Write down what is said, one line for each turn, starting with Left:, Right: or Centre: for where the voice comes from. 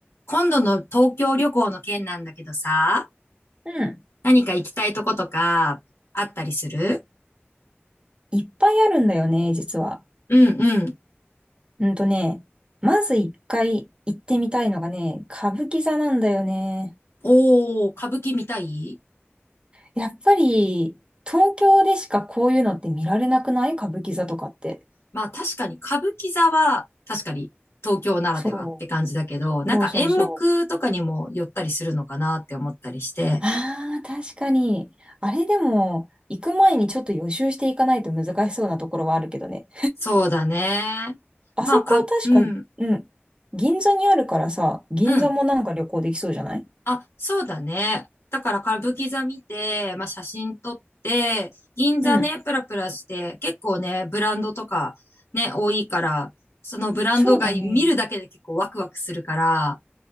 Left: 今度の東京旅行の件なんだけどさ、
Right: うん。
Left: 何か行きたいとことかあったりする
Right: いっぱいあるんだよね、実は。
Left: うんうん。
Right: うんとね、まず一回行ってみたいのがね、歌舞伎座なんだよね。
Left: おー、歌舞伎見たい
Right: やっぱり、東京でしかこういうのって見られなくない歌舞伎座とかって。
Left: まあ確かに歌舞伎座は確かに東京ならではって感じだけど、
Right: そう。
Left: なんか演目とかにも寄ったりするのかなって思ったりして。
Right: そうそうそう。ああ、確かに。あれでも、行く前にちょっと予習していかないと難しそうなところはあるけどね。
Left: そうだね。
Right: あそこ確か、
Left: まあか、うん、
Right: うん。銀座にあるからさ、銀座もなんか旅行できそうじゃない
Left: うん。あ、そうだね。だから歌舞伎座見て、まあ、写真撮って、銀座ね、
Right: うん。
Left: プラプラして、結構ね、ブランドとかね、多いから、そのブランドが見るだけで結構ワクワクするから、
Right: そうだね。